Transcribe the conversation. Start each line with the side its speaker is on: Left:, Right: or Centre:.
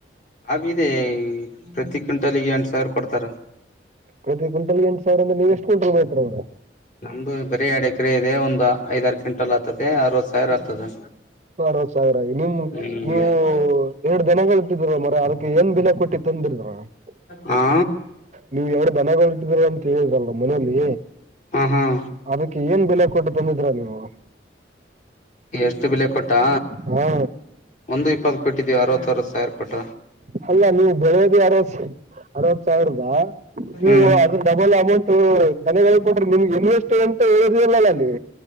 Left: ಲಾಬ ಇದೆ ಪ್ರತಿ ಕ್ವಿಂಟಲ್ಗ ಎಂಟು ಸಾವಿರ ಕೊಡ್ತಾರ
Right: ಪ್ರತಿ ಕ್ವಿಂಟಲ್ ಎಂಟ್ ಸಾವಿರ ಅ್ರ ನೀವ ಎಷ್ಟ ಕ್ವಿಂಟಲ್ ಬೆಳಿತಿರ್ ಹಂಗಾರ
Left: ನಮ್ದು ಬರೀ ಎಡೆಕರೆ ಇದೆ ಒಂದು ಐದಾರ ಕ್ವಿಂಟಲ್ ಆಗ್ತದೆ ಅರವತ್ತು ಸಾವಿರ ಆಗ್ತದೆ
Right: ಅರವತ್ ಸಾವಿರ ಆಗ ನಿಮ
Left: ಹ್ಮ್
Right: ನೀವು ಎರಡು ದಿನ ಹೊಲ್ತಿದೀರ ಮರ ಅದಕ್ಕೆ ಏನ್ ಬೆಲೆ ಕೊಟ್ಟಿ ತಂದ <unintelligible>
Left: ಹ
Right: ನೀವು ಎರಡ ದನಗಟ್ಟಿದೀರ ತ ಹೇಳಿದ್ರಲ್ಲ ಮನೆಯಲ್ಲಿ
Left: ಹಾ ಹಾ
Right: ಅದಕ್ಕೆ ಏನ್ ಬೆಲೆ ಕೊಟ್ಟು ಬಂದಿದ್ರ ನೀವು
Left: ಎಷ್ಟು ಬೆಲೆೆ ಕೊಟ್ಟಾ
Right: ಹಾ
Left: ಒಂದು ಇಪ್ಪತ್ತು ಕೊಟ್ಟಿದ್ದೀವಿ ಅರವತ್ತ ಅರವತ್ತು ಸಾವಿರ ಕೊಟ್ಟ
Right: ಅಲ್ಲ ನೀವು ಬೆಳೆಯೋದ ಅರವತ್ ಅರವತ್ ಸಾವಿರದ ನೀವು
Left: ಹ್ಮ್
Right: ಅದ್ರ ಡಬಲ್ ಅಮೌಂಟ್ ಧನೆಳ್ ಕೊಟ್ರಿ ನಿಮಗೆ ಇನ್ವೆಸ್ಟ್ ಎಂತ ಹೇಳಿರಲೀಲ ಇಲ್ಲ ಅಲ್ಲಿ